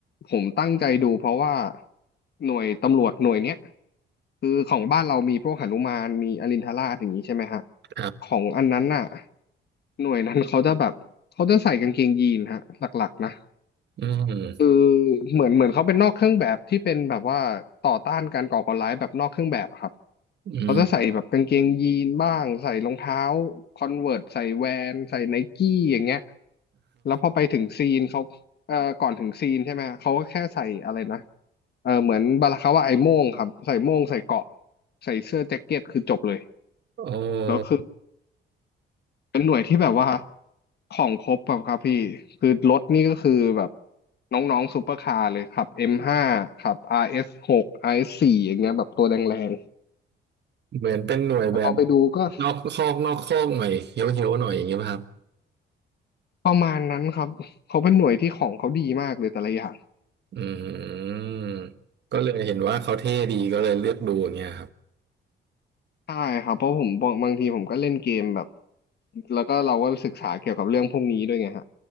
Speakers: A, on the left; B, on the right.
A: ผมตั้งใจดูเพราะว่าหน่วยตำรวจหน่วยเนี้ยคือของบ้านเรามีพวกหนุมานมีอรินทราชอย่างนี้ใช่ไหมฮะ
B: ครับ
A: ของอันนั้นน่ะหน่วยนั้นเขาจะแบบเขาจะใส่กางเกงยีนฮะหลักๆนะ
B: อืม
A: คือเหมือนเหมือนเขาเป็นนอกเครื่องแบบที่เป็นแบบว่าต่อต้านการก่อการร้ายแบบนอกเครื่องแบบครับ
B: อืม
A: เขาจะใส่แบบกางเกงยีนบ้างใส่รองเท้าคอนเวิร์ตใส่แวนใส่ไนกี้อย่างเงี้ยแล้วพอไปถึงซีนเขาเอ่อก่อนถึงซีนใช่ไหมเขาก็แค่ใส่อะไรนะเออเหมือนบาลาคาว่าไอ้โม่งครับใส่โม่งใส่เกราะใส่เสื้อแจ็คเก็ตคือจบเลย
B: <laughs> โอ้
A: แล้วคือเป็นหน่วยที่แบบว่าของครบแบบครับพี่คือรถนี่ก็คือแบบน้องๆซูเปอร์คาร์เลยครับเอ็มห้าครับอาร์เอสหกอาร์เอสสี่อย่างเงี้ยแบบตัวแรง
B: เหมือนเป็นหน่วยแบบ
A: ๆแต่พอไปดูก็
B: นอกคอกนอกคอกหน่อยเฮี้ยวเฮี้ยวหน่อยอย่างเงี้ยป่ะครับ
A: ประมาณนั้นครับเขาเป็นหน่วยที่ของเขาดีมากเลยแต่ละอย่าง
B: อืมก็เลยเห็นว่าเขาเท่ดีก็เลยเลือกดูอย่างเงี้ยครับ
A: ใช่ครับเพราะผมบางบางทีผมก็เล่นเกมแบบแล้วก็เราก็ศึกษาเกี่ยวกับเรื่องพวกนี้ด้วยไงฮะ